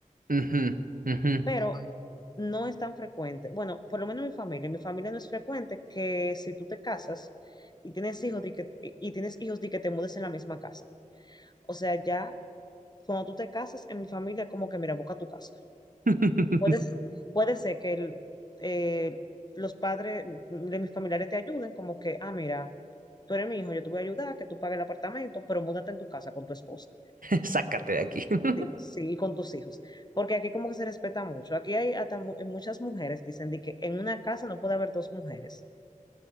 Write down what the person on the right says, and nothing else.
ujú, ujú.
<laughs>
Sácate de aquí. <laughs>